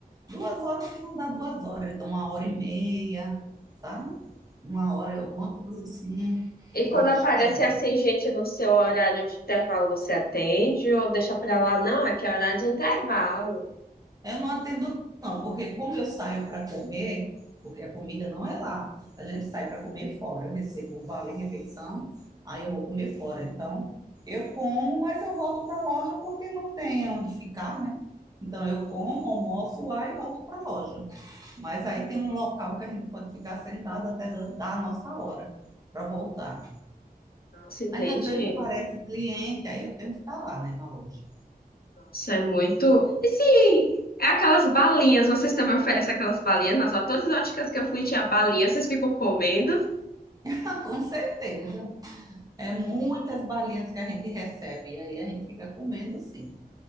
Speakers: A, on the right (about 25°); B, on the left (about 70°).
A: Duas horas que não dá duas horas, então uma hora e meia, sabe? Uma hora, alguma coisa assim.
B: E
A: Mas
B: quando
A: nunca
B: aparece
A: chega a duas.
B: assim, gente, no seu horário de intervalo, você atende ou deixa pra lá? Não, aqui é horário de intervalo.
A: Eu não atendo, não, porque como eu saio para comer, porque a comida não é lá, a gente sai para comer fora. Eu recebo o vale refeição, aí eu vou comer fora. Então, eu como, mas eu volto para a loja porque não tem onde ficar, né? Então, eu como, almoço lá e volto para a loja. Mas aí tem um local que a gente pode ficar sentado até dar a nossa hora para voltar.
B: Nossa, entendi.
A: Mas às vezes aparece cliente, aí eu tenho que estar lá, né, na loja.
B: Nossa, é muito. E sim, é aquelas balinhas, vocês também oferecem aquelas balinhas? Nossa, todas as óticas que eu fui tinha balinha, vocês ficam comendo?
A: <laughs> Com certeza. É muitas balinhas que a gente recebe, e aí a gente fica comendo sim.